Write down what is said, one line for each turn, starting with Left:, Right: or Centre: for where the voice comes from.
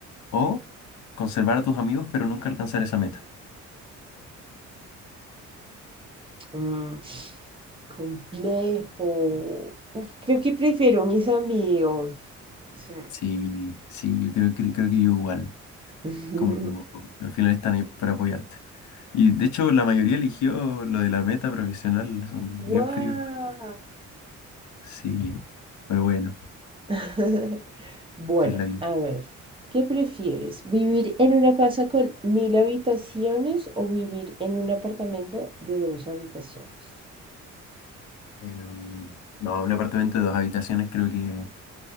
Left: ¿O conservar a tus amigos, pero nunca alcanzar esa meta?
Right: Mm, complejo. Uf, creo que prefiero mis amigos. Sí.
Left: Sí, sí, yo creo, que creo que yo igual.
Right: <laughs>
Left: Como al final están ahí para apoyarte. Y de hecho, la mayoría eligió lo de la meta profesional, son bien
Right: ¡Wow!
Left: fríos. Sí, pero bueno,
Right: <laughs> Bueno,
Left: sí es la vida.
Right: a ver, ¿qué prefieres? ¿Vivir en una casa con mil habitaciones o vivir en un apartamento de dos habitaciones?
Left: Em, no, un apartamento de dos habitaciones creo que